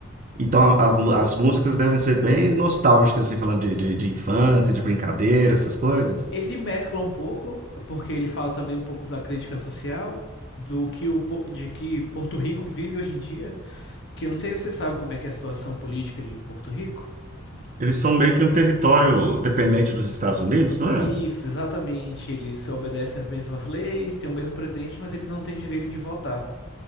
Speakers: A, on the right; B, on the left.
A: Então a- a mu- as músicas devem ser bem nostálgicas, assim, falando de, de, de infância, de brincadeira, essas coisas.
B: Ele mescla um pouco, porque ele fala também um pouco da crítica social, do que o, po- de que Porto Rico vive hoje em dia, que eu não sei se você sabe como é que é a situação política de Porto Rico.
A: Eles são meio que um território dependente dos Estados Unidos, não é?
B: Isso, exatamente. Eles obedecem às mesmas leis, têm o mesmo presidente, mas eles não têm direito de votar.